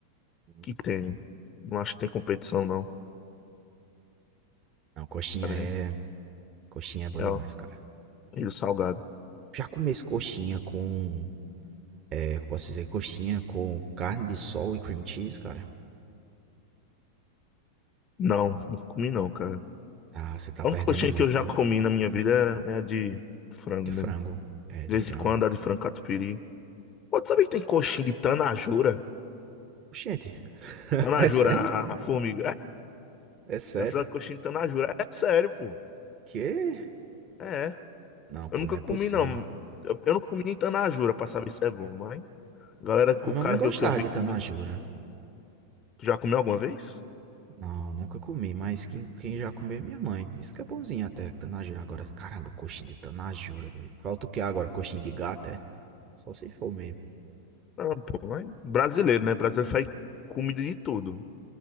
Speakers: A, on the right; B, on the left.
A: Uhum.
B: que tem. Não acho que tem competição, não.
A: Não, coxinha
B: Tá, né?
A: é. Coxinha é bom
B: É,
A: demais,
B: ó,
A: cara.
B: e o salgado.
A: Já comi esse coxinha com. É, como posso dizer? Coxinha com carne de sol e cream cheese, cara.
B: Não, não comi não, cara.
A: Ah, você tá
B: A
A: perdendo
B: única coxinha
A: muito,
B: que eu já
A: viu?
B: comi na minha vida é é a de frango
A: De frango.
B: mesmo.
A: É,
B: De
A: de
B: vez
A: frango.
B: em quando, a de frango catupiry. Pô, tu sabia que tem coxinha de tanajura?
A: Gente, <laughs>
B: Tanajura,
A: é sério?
B: a, a formiga. É,
A: É sério?
B: já fizeram coxinha de tanajura. É sério, pô.
A: Que?
B: É.
A: Não, pô,
B: Eu nunca
A: não é
B: comi,
A: possível.
B: não. Eu, eu nunca comi nem tanajura pra saber se é bom, mas... Galera,
A: A
B: o
A: minha
B: cara
A: mãe gostava
B: que eu, que eu vi
A: de
B: comendo...
A: tanajura.
B: Tu já comeu alguma vez?
A: Não, nunca comi, mas quem, quem já comeu é minha mãe. Isso que é bonzinho até, que tanajura. Agora, caramba, coxinha de tanajura, velho. Falta o que agora? Coxinha de gato, é? Só se for mesmo.
B: Não, pô, mas... Brasileiro, né? Brasileiro faz comida de tudo.